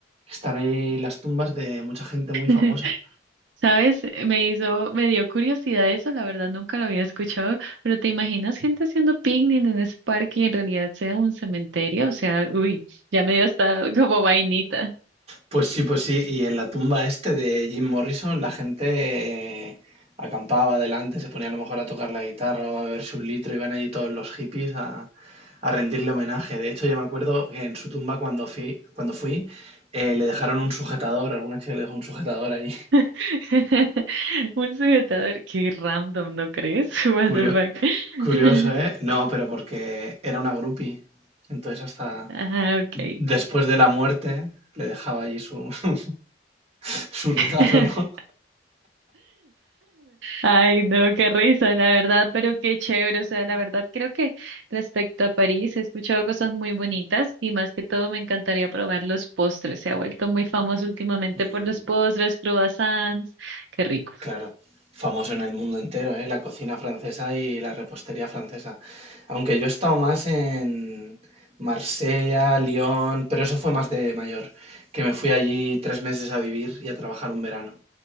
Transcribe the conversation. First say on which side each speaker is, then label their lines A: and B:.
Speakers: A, on the right; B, on the right.
A: están ahí las tumbas de mucha gente
B: <laughs>
A: muy famosa.
B: ¿Sabes? Me hizo, me dio curiosidad eso, la verdad nunca lo había escuchado, pero ¿te imaginas gente haciendo picnic en ese parque y en realidad sea un cementerio? O sea, uy, ya me dio hasta como vainita.
A: Pues sí, pues sí. Y en la tumba este de Jim Morrison, la gente eh, acampaba delante, se ponía a lo mejor a tocar la guitarra o a beberse un litro, iban allí todos los hippies a, a rendirle homenaje. De hecho, yo me acuerdo que en su tumba cuando fui, cuando fui eh, le dejaron un sujetador, alguna chica le dejó un sujetador allí. <laughs>
B: <laughs> Un sujetador, qué random, ¿no crees? <laughs> What
A: Curio-
B: the fuck? <laughs>
A: curioso, ¿eh? No, pero porque era una groupie. Entonces hasta
B: Ajá, ok.
A: después de la muerte le dejaba allí su, <laughs> su regalo,
B: <laughs>
A: ¿no?
B: Ay, no, qué risa, la verdad, pero qué chévere. O sea, la verdad, creo que respecto a París he escuchado cosas muy bonitas y más que todo me encantaría probar los postres. Se ha vuelto muy famoso últimamente
A: Mm,
B: por los postres, croissants. Qué rico.
A: Claro, famoso en el mundo entero, ¿eh? La cocina francesa y la repostería francesa. Aunque yo he estado más en Marsella, Lyon, pero eso fue más de mayor, que me fui allí tres meses a vivir y a trabajar un verano.